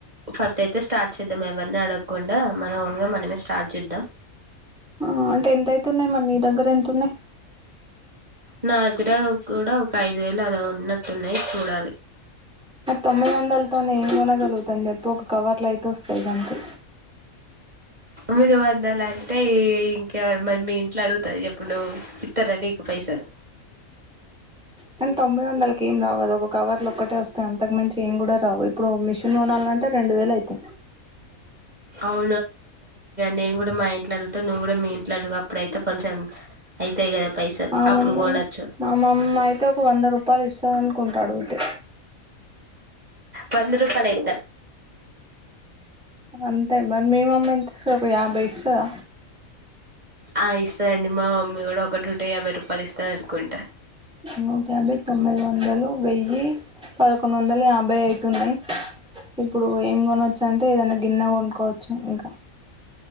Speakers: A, on the right; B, in the centre.
A: ఫస్ట్ అయితే స్టార్ట్ చేద్దాం ఎవరిని అడగకుండా మనం ఓన్గా మనమే స్టార్ట్ చేద్దాం
B: ఆ అంటే ఎంతయితున్నాయి మరి నీ దగ్గర ఎంత ఉన్నాయి
A: నా దగ్గర కూడా ఒక ఐదు వేలు అలా ఉన్నట్టున్నాయి చూడాలి
B: మరి తొమ్మిది వందలతోనే ఏం కొనగలుగుతాను చెప్పు ఒక కవర్లైతే వస్తాయి గంతే
A: తొమ్మిది వందలు అంటే ఇంకా మరి మీ ఇంట్ల అడుగుతా చేప్పు నువు ఇత్తర నీకు పైసల్
B: కానీ తొమ్మిది వందలకేం రావు కదా ఒక కవర్లు ఒక్కటే వస్తాయి అంతకు మించి ఏం కూడా రావు ఇప్పుడు మిషన్ కోనాలంటే రెండు వేలు అయితై
A: అవు నేను కూడా మా ఇంట్లో అడుగుత నువ్వు కూడా మీ ఇంట్ల అడుగు అప్పుడైతే కొంచెం అయితాయి కదా పైసలు
B: మా
A: అప్పుడు
B: మమ్మీ
A: కొనొచ్చు
B: మా మమ్మయితే ఒక వంద రూపాయలు ఇస్త అనుకుంటా అడుగుతే
A: పంద్ర రూపాయలులై
B: అంతే మరి మీ మమ్మ ఒక యాభై ఇస్తాద
A: ఆ ఇస్తాదండి మా మమ్మీ కూడా ఒకటిూట యాభై రూపాయలు ఇస్తాయి అనుకుంటా
B: నూట యాభై తొమ్మిది వందలు వెయ్యి పదకొండు వందలు యాభై అయితున్నాయి ఇప్పుడు ఏం కొనచ్చు ు అంటే ఏదనా గిన్నెగా కొనుకోవచ్చు ఇంకా